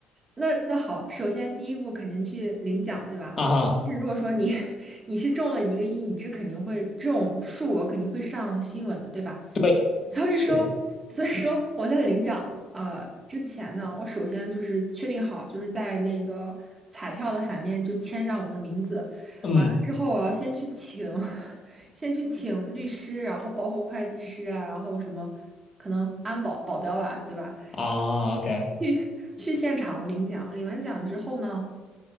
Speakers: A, on the right; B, on the left.
A: 那那好，首先第一步肯定去领奖，对吧？
B: 啊哈，
A: 但是如果说你 <laughs> 你是中了一个亿，你这肯定会这种数额肯定会上新闻的，对吧？
B: 对，
A: 所以说，
B: 是的。
A: 所以说我在领奖呃之前呢，我首先就是确定好，就是在那个彩票的反面就签上我的名字。
B: 嗯
A: 完了之后，我要先去请，<laughs> 先去请律师，然后包括会计师啊，然后什么可能安保保镖吧，对吧？
B: 啊，OK，
A: 去去现场领奖。领完奖之后呢，